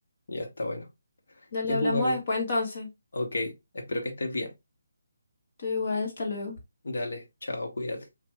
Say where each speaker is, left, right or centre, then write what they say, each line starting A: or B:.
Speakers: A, on the left; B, on the left.
A: Ya está bueno.
B: Dale,
A: Ya
B: hablamos
A: pues, Gaby.
B: después entonces.
A: Ok, espero que estés bien.
B: Tú igual, hasta luego.
A: Dale, chao, cuídate.